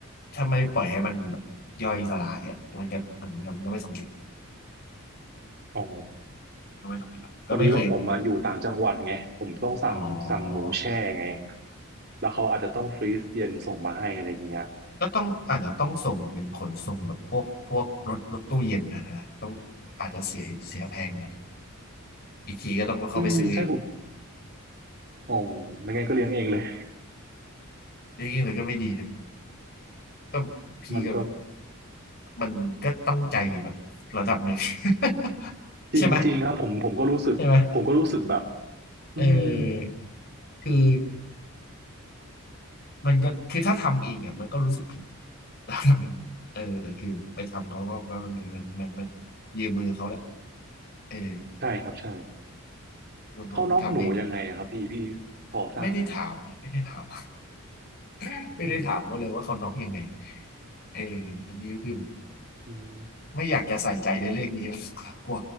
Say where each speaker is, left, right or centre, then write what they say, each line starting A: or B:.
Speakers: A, on the left; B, on the right.
A: ถ้าไม่ปล่อยให้มันแบบย่อยสลายอ่ะมันก็มันมันก็ไม่สมบูร
B: อ๋อ
A: ก็ไม่สมบูก็ไม่เคยอม
B: พอดีว่าผมมาอยู่ต่างจังหวัดไงผมต้องสั่งสั่งหนูแช่ไง
A: อ๋อ
B: แล้วเขาอาจจะต้องฟรีซเย็นส่งมาให้อะไรอย่างเงี้ย
A: ก็ต้องอาจจะต้องส่งเป็นขนส่งแบบพวกพวกรถรถตู้เย็นนะนะต้องอาจจะเสียเสียแพงหนะอยอีกทีก็ต้องเข้าไปซื้อเอง
B: อืมใช่ผมโอ้ไม่งั้นก็เลี้ยงเองเลย
A: นี่เลยก็ไม่ดีนะก็พี่ก็
B: <laughs> มันก็
A: มันก็ต้องใจแบบระดับหนึ่ง <laughs>
B: จริงๆครับผมผมก็รู้สึกผมก็รู้สึกแบบ
A: ใช่ไหมใช่ไหม
B: อืม
A: เออคือมันก็คือถ้าทำเองอ่ะมันก็รู้สึกผิด <laughs> ระดับหนึ่งอะเออแต่คือไปทำเขาก็ก็มันมันมันมันยืมมือเขาแหละเออ
B: ใช่ครับใช่
A: มันพอเขาทำเอง
B: เขาน็อกหนูยังไงอะครับพี่พี่พอทราบไหมฮะ
A: ไม่ได้ถามไม่ได้ถาม <laughs> ไม่ได้ถามเขาเลยว่าเขาน็อกยังไง
B: อืม
A: เอออันนี้ก็คือ
B: อืม
A: ไม่อยากจะใส่ใจในเรื่องนี้มากก <laughs> ลัว